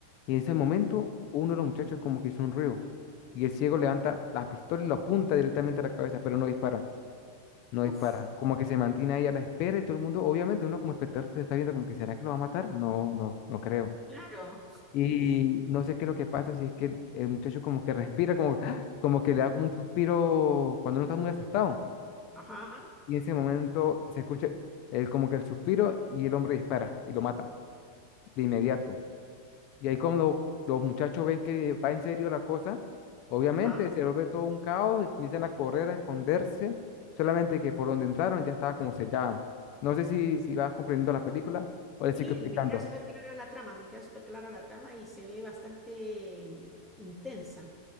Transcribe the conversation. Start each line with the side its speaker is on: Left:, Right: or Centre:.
Left: Y en ese momento,
Centre: uh,
Left: uno de los muchachos como que hizo un ruido, y el ciego levanta la pistola y lo apunta directamente a la cabeza, pero no dispara, no
Centre: uf,
Left: dispara, como que se mantiene ahí a la espera y todo el mundo, obviamente uno como espectador te está viendo como que, ¿será que lo va a matar? No, no, no creo.
Centre: claro.
Left: Y no sé qué es lo que pasa, si es que el, el muchacho como que respira, como, <gasps> ¡ah!, como que le da como un suspiro cuando uno está muy asustado.
Centre: Ajá,
Left: Y en ese momento se escucha el, como que el suspiro y el hombre dispara y lo mata de inmediato. Y ahí cuando los muchachos ven que va en serio la cosa, obviamente
Centre: ajá.
Left: se vuelve todo un caos, empiezan a correr, a esconderse, solamente que por donde entraron ya estaba como sellada. No sé si, si vas comprendiendo la película o le
Centre: Sí,
Left: sigo explicando.
Centre: me queda súper clara la trama, me queda súper clara la trama y se ve bastante mm, intensa.